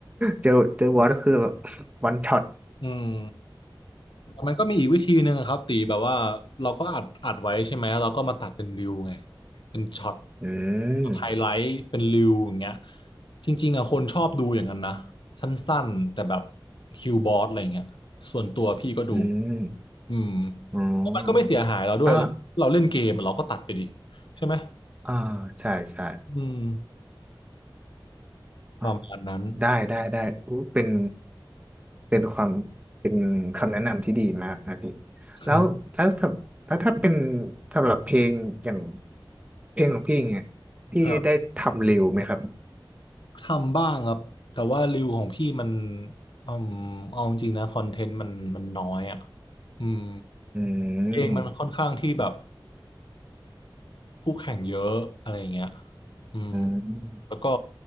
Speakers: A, on the right; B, on the left.
A: เจอเจอบอสก็คือแบบวันช็อต
B: อืมมันก็มีอีกวิธีหนึ่งอะครับตีแบบว่าเราก็อัดอัดไว้ใช่ไหมเราก็มาตัดเป็นริวไงเป็นช็อต
A: อื
B: ช็อตไฮไลท์เป็นริวอย่างเงี้ย
A: ม
B: จริงๆอะคนชอบดูอย่างนั้นนะสั้นๆแต่แบบคิวบอสอะไรเงี้ยส่วนตัวพี่ก็ดู
A: อืม
B: อืม
A: อ๋อ
B: แล้วมันก็ไม่เสียหายเราด้วยเราเล่นเกมเราก็ตัดไปดิ
A: อ่า
B: ใช่ไหม
A: อ่าใช่ใช่
B: อืม
A: อ่ะ
B: ประมาณนั้น
A: ได้ได้ได้อู้เป็นเป็นความเป็นคำแนะนำที่ดีมากนะพี่
B: ค
A: แล้วแล้วสำแล้วถ้าเป็นสำหรับเพลงอย่างเพลงของพี่เนี่ยพี่ได้ทำเร็วไหมครับ
B: รับ ทำบ้างครับแต่ว่ารวิวของพี่มันอืมเอาจริงๆนะคอนเทนต์มันมันน้อยอ่ะอืม
A: อื
B: เองมันค่อนข้างที่แบบ
A: ม
B: คู่แข่งเยอะอะไรอย่างเงี้ยอืม
A: อืม
B: แล้วก็